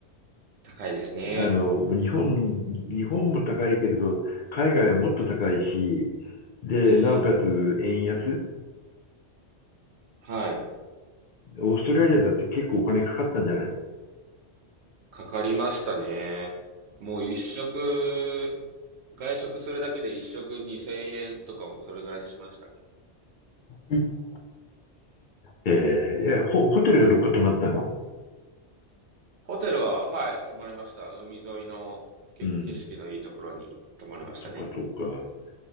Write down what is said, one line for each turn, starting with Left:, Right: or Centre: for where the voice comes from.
Right: 高いですね。
Left: あの、日本、日本も高いけれど、海外はもっと高いし、で、
Right: うん。
Left: なおかつ円安。
Right: はい。
Left: オーストラリアだって結構お金かかったんじゃないの
Right: かかりましたね。もう一食、外食するだけで一食2000円とかもそれぐらいしましたね。
Left: うん。えーいやホ、ホテルがどっか泊まったの
Right: ホテルは、はい、泊まりました。海沿いの結構景色のいいところに泊まりましたね。
Left: うん。そっかそっか。